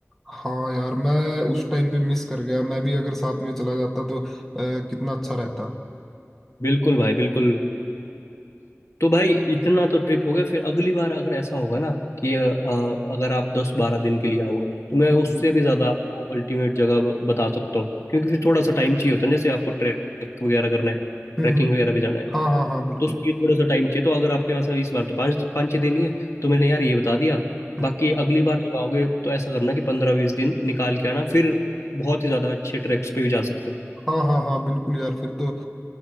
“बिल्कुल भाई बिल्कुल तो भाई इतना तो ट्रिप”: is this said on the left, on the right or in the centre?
Left